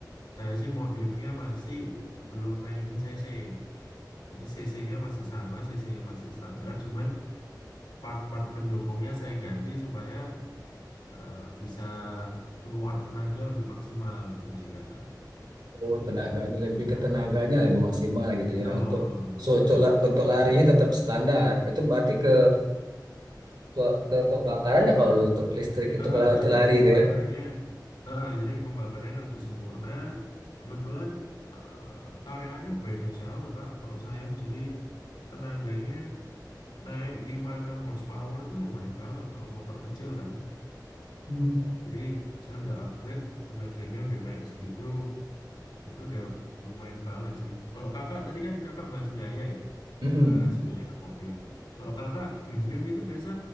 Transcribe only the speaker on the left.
saya sih modifnya masih belum naikin CC. Jadi CC-nya masih sama, CC-nya masih standar, cuman part-part pendukungnya saya ganti supaya eh, bisa keluar tenaga lebih maksimal gitu sih Kak.
Kayak gitu.
Betul,
betul,
betul,
betul.
Heeh,
jadi pembakarannya,
heeh, jadi pembakarannya lebih sempurna. Kebetulan eh, tarikannya beda jauh, Kak, kalau saya. Jadi tenaganya naik lima enam horsepower itu lumayan banget kalau motor kecil kan.
Jadi saya udah upgrade, tenaganya udah naik segitu, itu udah lumayan banget sih. Kalau kakak, tadi kan kakak bahas biaya ya,
bahas biaya modif. Kalau kakak game-game itu biasa